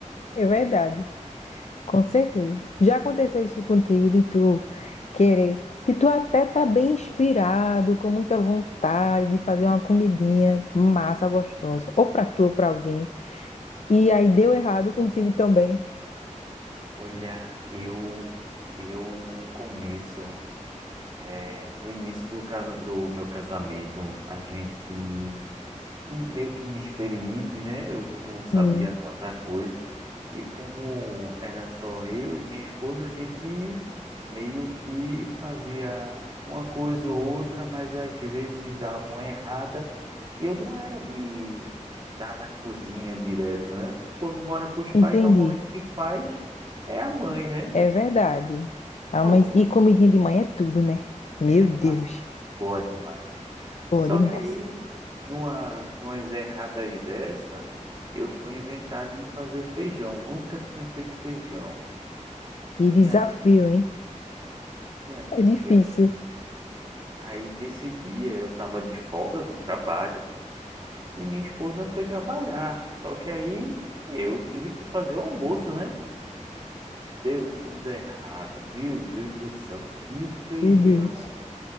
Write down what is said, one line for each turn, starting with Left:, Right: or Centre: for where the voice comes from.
Left: é verdade. Com certeza. Já aconteceu isso contigo, de tu querer, de tu até tá bem inspirado, com muita vontade de fazer uma comidinha massa, gostosa, ou pra tu ou pra alguém. E aí deu errado contigo também.
Right: Olha, eu eu no começo, é, no início do casa, do meu casamento, a gente meio que inexperiente, né? Eu não sabia
Left: Sim,
Right: tanta coisa. E como era só eu e minha esposa, a gente meio que fazia uma coisa ou outra, mas às vezes dava uma errada. E eu não era de estar na cozinha direto, né? Quando mora com os pais,
Left: entendi.
Right: normalmente quem faz é a mãe, né?
Left: É verdade. Ah,
Right: Oh,
Left: mas e comidinha de manhã é tudo, né? Meu
Right: é
Left: Deus.
Right: fácil. Boa demais.
Left: Pô,
Right: Só
Left: demais.
Right: que aí, numa, numas erradas dessa, eu fui inventar de fazer feijão. Nunca tinha feito feijão.
Left: E
Right: Minha,
Left: desafio, hein?
Right: minha amiga.
Left: É difícil.
Right: Aí nesse dia eu tava de folga do trabalho e minha esposa foi trabalhar. Só que aí eu tive que fazer o almoço, né? Deu tudo errado. Meu Deus do céu, que feijão.
Left: Meu Deus.